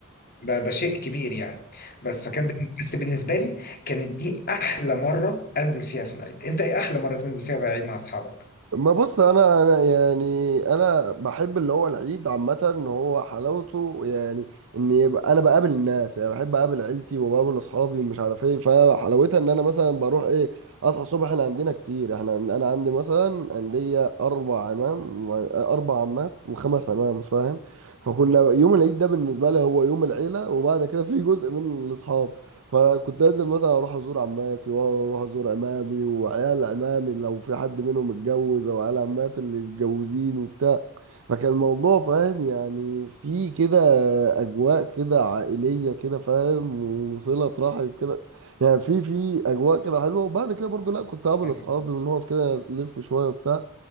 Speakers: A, on the left; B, on the right.
A: ده ده شيء كبير يعني بس فكان بالنسبة بس بالنسبة لي كانت دي أحلى مرة أنزل فيها في العيد أنت إيه أحلى مرة تنزل فيها بالعيد مع أصحابك؟
B: ما بص انا انا يعني انا بحب اللي هو العيد عامه ان هو حلاوته يعني ان يبقى انا بقابل الناس يعني بحب اقابل عيلتي وبقابل اصحابي مش عارف ايه فحلاوتها ان انا مثلا بروح ايه اصحى الصبح احنا عندنا كتير احنا عند- انا عندي مثلا عندي اربع عمام و- اربع عمات وخمس عمام فاهم فكنا يوم العيد ده بالنسبه لي هو يوم العيله وبعد كده في جزء من الاصحاب فكنت لازم مثلا اروح ازور عماتي واروح ازور عمامي وعيال عمامي لو في حد منهم اتجوز او عيال عماتي اللي متجوزين وبتاع فكان الموضوع فاهم يعني في كده اجواء كده عائليه كده فاهم وصله رحم كده يعني في في اجواء كده حلوه وبعد كده برضو لا كنت قابل
A: أيوة.
B: اصحابي ونقعد كده نلف شويه وبتاع